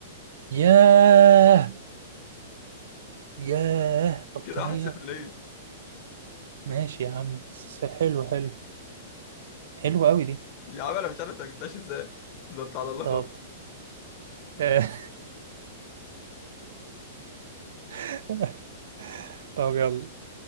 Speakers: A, on the right (about 70°); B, on the left (about 30°).
A: ياه ياه بطانية
B: كده واحد صفر ليه
A: ماشي يا عم س- حلو حلو حلو قوي دي
B: يا عم انا مش عارف انت ما جبتهاش ازاي ده انت على الله
A: طب
B: خالص
A: آه، <laughs> طب يلا